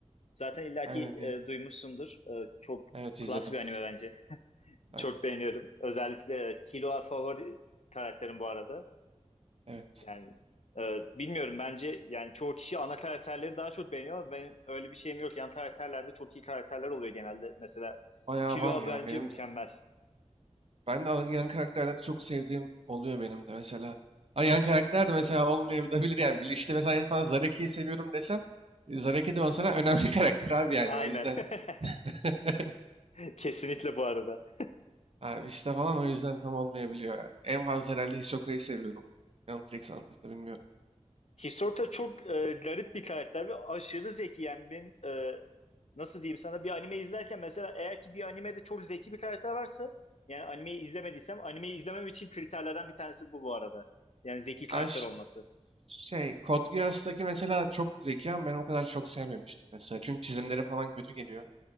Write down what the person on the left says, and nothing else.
Zaten illaki
e, duymuşsundur. E, çok
klas
bir anime bence.
Çok beğeniyorum. Özellikle e, Killua favori karakterim bu arada.
Yani e, bilmiyorum bence yani çoğu kişi ana karakterleri daha çok beğeniyor ama ben öyle bir şeyim yok. Yan karakterlerde çok iyi karakterler oluyor genelde. Mesela
Killua
bence
mükemmel.
<laughs> Aynen.
<laughs>
Kesinlikle bu arada.
Hisorta çok e, garip bir karakter ve aşırı zeki. Yani ben e, nasıl diyeyim sana bir anime izlerken mesela eğer ki bir animede çok zeki bir karakter varsa yani animeyi izlemediysem animeyi izlemem için kriterlerden bir tanesi bu bu arada. Yani zeki karakter
olması.